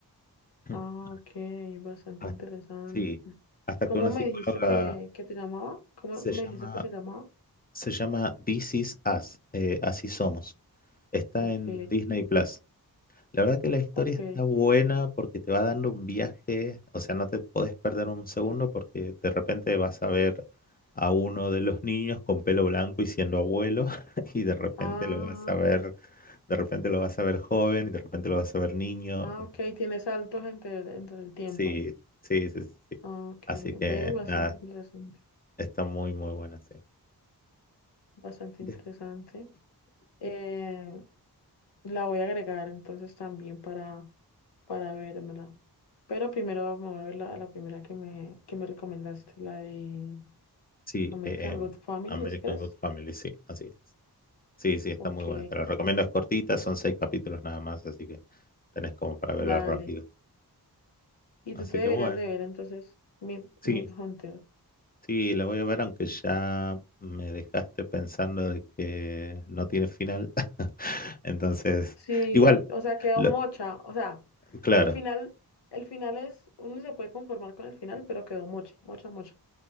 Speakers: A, on the left; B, on the left.
A: <clears throat>
B: Ah, ok, bastante
A: Hasta
B: interesante.
A: Sí, hasta
B: ¿Cómo
A: que una
B: me
A: psicóloga
B: dijiste que, que te llamaba? ¿Cómo
A: se
B: me
A: llama,
B: dijiste que se llamaba?
A: se llama This Is Us, eh, Así Somos. Está
B: Ok,
A: en Disney Plus. La verdad que la historia
B: ok.
A: está buena porque te va dando un viaje, o sea, no te podés perder un segundo porque de repente vas a ver a uno de los niños con pelo blanco y siendo abuelo <laughs> y de repente
B: Ah,
A: lo vas a ver, de repente lo vas a ver joven y de repente lo vas a ver niño.
B: ah,
A: ¿me
B: ok,
A: entendés?
B: tiene saltos entre, el- entre el tiempo.
A: Sí, sí, sí, sí. sí.
B: Ah, ok,
A: Así que
B: ve, bastante
A: nada,
B: interesante.
A: está muy, muy buena, sí.
B: Bastante
A: De-
B: interesante. Eh, la voy a agregar entonces también para, para vérmela. Pero primero me voy a ver la, la primera que me, que me recomendaste, la de
A: Sí,
B: American
A: eh, em,
B: Good Family,
A: American
B: ¿es que es?
A: Good Family, sí, así es. Sí, sí, está
B: Ok.
A: muy buena. Te la recomiendo, es cortita, son seis capítulos nada más, así que tenés como para verla
B: Dale.
A: rápido.
B: Y
A: Así
B: tú te deberías
A: que bueno,
B: de ver entonces Mid,
A: sí,
B: Hunter.
A: sí, la voy a ver, aunque ya me dejaste pensando de que no tiene final. <laughs> Entonces,
B: Sí,
A: igual,
B: o sea, quedó
A: lo-
B: mocha. O sea,
A: claro,
B: el final, el final es, uno se puede conformar con el final, pero quedó mocha, mocha, mocha.